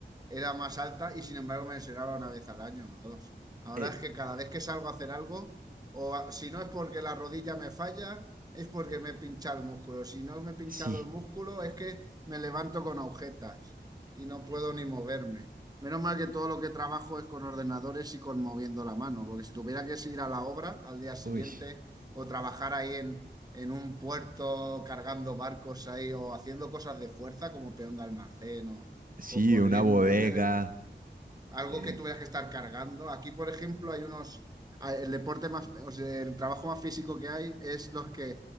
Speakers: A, on the right (about 20°); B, on the right (about 50°).
A: era más alta y sin embargo me lesionaba una vez al año o dos. Ahora
B: eh,
A: es que cada vez que salgo a hacer algo, o a- si no es porque la rodilla me falla, es porque me he pinchado el músculo. Si no me he pinchado
B: sí,
A: el músculo, es que me levanto con agujetas y no puedo ni moverme. Menos mal que todo lo que trabajo es con ordenadores y con moviendo la mano, porque si tuviera que ir a la obra al día siguiente
B: uy.
A: o trabajar ahí en en un puerto cargando barcos ahí o haciendo cosas de fuerza como peón de almacén o,
B: Sí,
A: o corriendo,
B: una bodega.
A: yo qué sé, algo
B: eh,
A: que tuvieras que estar cargando. Aquí, por ejemplo, hay unos, ah, el deporte más, o sea, el trabajo más físico que hay es los que,